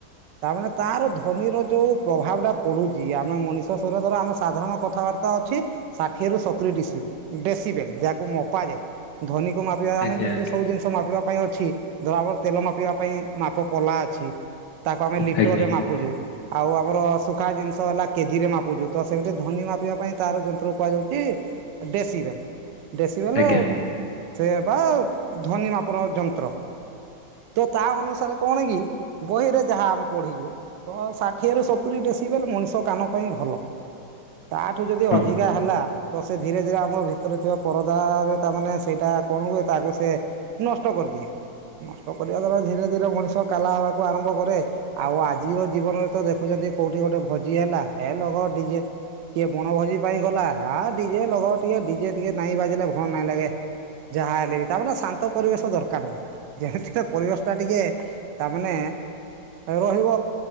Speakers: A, on the right (about 75°); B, on the left (about 65°).
A: ତା ମାନେ ତାର ଧନୀର ଯୋଉ ପ୍ରଭାବ ଟା ପଡୁଛି ଆମେ ମଣିଷ ସର ଧର ଆମେ ସାଧାରଣ କଥା କରତ ଅଛି ଷାଠିଏ ରୁ ସତୁରୀ ଡିସି ଡେସିବେ ଯାହାକୁ ମୋପା ଯାଏ ଧ୍ଵନି ମାପିବା ଆମେ
B: ଆଜ୍ଞା
A: ଯେମିତି
B: ଆଜ୍ଞା
A: ସବୁ ଜିନିଷ ମାପିବା ପାଇଁ ଅଛି ଧରାବର ତେଲ ମାପିବା ପାଇଁ ମାପ ପୋଲା ଅଛି ତାକୁ ଆମେ ଲିଟର
B: ଆଜ୍ଞା
A: ରେ ମାପୁଚୁ। ଆଉ ଆମର ଶୁଖା ଜିନିଷ ହେଲା କେଜି ରେ ମାପୁଛୁ ତ ସେମିତି ଧ୍ଵନି ମାପିବା ପାଇଁ ତାର ଯନ୍ତ୍ରକୁ କୁହାଯାଉଛି। ଡେସି ବେଲ୍ ଡେସି ବେଲ୍
B: ଆଜ୍ଞା
A: ସେଇଆ ପା ଧ୍ଵନି ମା ଆପଣ ଯନ୍ତ୍ର ତ ତା ଅନୁସାରେ କଣ କି ବହିରେ ଯାହା ଆମେ ପଢିଲୁ ତ ଷାଠିଏ ରୁ ସତୁରୀ ଡେସି ବଲେ ମଣିଷ କାନ ପାଇଁ ଭଲ। ତା ଠୁ ଯଦି
B: ହଁ
A: ଅଧିକା ହେଲା ତ ସେ ଧୀରେ ଧୀରେ ଆମର ଭିତରେ ଥିବା ପରଦା ରେ ତା ମାନେ ସେଇଟା କଣ ହୁଏ ତାକୁ ସେ ନଷ୍ଟ କରି ଦିଏ। ନଷ୍ଟ କରିବା ଦ୍ଵାରା ଧୀରେ ଧୀରେ ମଣିଷ କାଲା ହବାକୁ ଆରମ୍ଭ କରେ ଆଉ ଆଜିର ଜୀବନରେ ତ ଦେଖୁଛନ୍ତି ଯି କୋଉଠି ଗୋଟେ ଭୋଜି ହେଲା ଏ ଲଗାଅ ଡିଜେ କିଏ ବଣ ଭୋଜି ପାଇଁ ଗଲା ଆ ଡିଜେ ଲଗାଅ ଟିକେ ଡିଜେ ଟିକେ ନାଇଁ ବାଜିଲେ ଭଲ ନାଇଁ ଲାଗେ। ଯାହା ହେଲେ ବି ତାପ ସା ତ ପରିବେଶ ଦରକାର ନାହିଁ ଯେମିତିରେ ପରିବେଶ ଟା ଟିକେ ତା ମାନେ ରହିବ